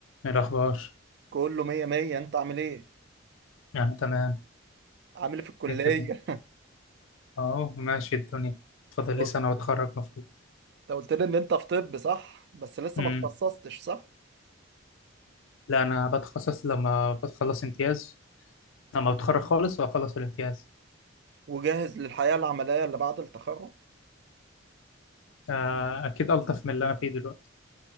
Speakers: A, on the left; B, on the right.
A: إيه الأخبار؟
B: كله مية مية انت عامل ايه
A: يعني تمام
B: عامل ايه في الكلية
A: إيه كده؟ أهو ماشي الدنيا فاضل لي
B: انت
A: سنة وأتخرج مفروض
B: قلت لي ان انت في طب صح بس لسه
A: امم
B: ما تخصصتش صح
A: لا أنا بتخصص لما بتخلص امتياز لما بتخرج خالص وأخلص الامتياز
B: وجاهز للحياة العملية اللي بعد التخرج
A: آه، أكيد ألطف من اللي أنا فيه دلوقتي